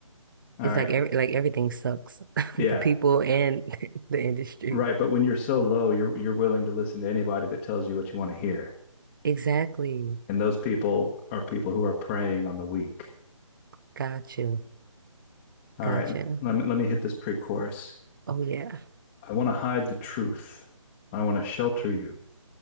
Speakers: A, on the left; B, on the right.
A: All
B: It's
A: right.
B: like every like everything sucks, <laughs>
A: Yeah.
B: the people and <laughs> the industry.
A: Right. But when you're so low, you're you're willing to listen to anybody that tells you what you want to hear.
B: Exactly.
A: And those people are people who are preying on the weak.
B: Gotcha.
A: All
B: Gotcha.
A: right. Let me let me hit this pre-chorus.
B: Oh yeah,
A: I want to hide the truth. I want to shelter you.